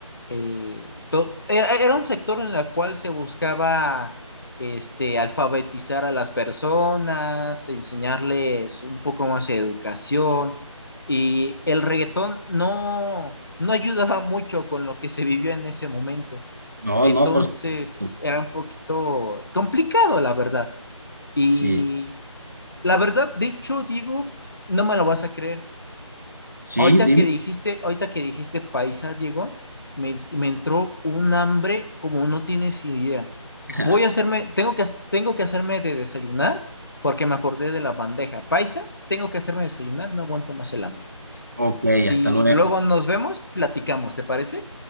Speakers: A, on the left (about 40°); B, on the right (about 30°).
A: el, to- era, era un sector en el cual se buscaba este, alfabetizar a las personas, enseñarles un poco más de educación. Y el reggaetón no, no ayudaba mucho con lo que se vivió en ese momento.
B: No,
A: Entonces
B: no, por supuesto.
A: era un poquito complicado, la verdad. Y
B: Sí,
A: la verdad, dicho, Diego, no me lo vas a creer.
B: sí,
A: Ahorita
B: dime.
A: que dijiste, ahorita que dijiste paisa, Diego, me, me entró un hambre como no tienes idea. Voy
B: <laughs>
A: a hacerme, tengo que, ha- tengo que hacerme de desayunar porque me acordé de la bandeja paisa. Tengo que hacerme desayunar, no aguanto más el hambre.
B: Ok,
A: Si
B: hasta luego.
A: luego nos vemos, platicamos, ¿te parece?